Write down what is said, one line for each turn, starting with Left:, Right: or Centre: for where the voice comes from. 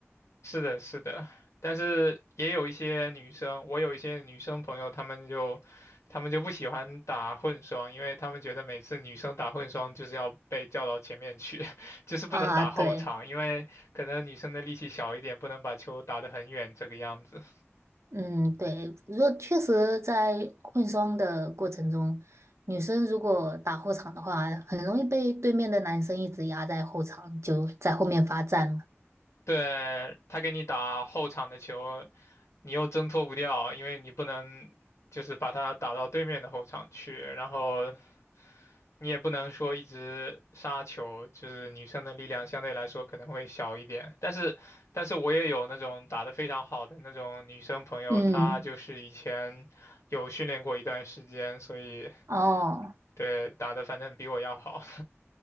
Left: 是的，是的，但是也有一些女生，我有一些女生朋友，她们就她们就不喜欢打混双，因为她们觉得每次女生打混双就是要被叫到前面去，<laughs> 就是不能打后场，
Right: 啊。对，
Left: 因为可能女生的力气小一点，不能把球打得很远这个样子。
Right: 嗯，对，如果确实在混双的过程中，女生如果打后场的话，很容易被对面的男生一直压在后场，就在后面罚站了。
Left: 对，他给你打后场的球，你又挣脱不掉，因为你不能就是把他打到对面的后场去，然后你也不能说一直杀球，就是女生的力量相对来说可能会小一点。但是，但是我也有那种打得非常好的那种女生朋友，
Right: 嗯，
Left: 她就是以前有训练过一段时间，所以
Right: 哦。
Left: 对打的反正比我要好。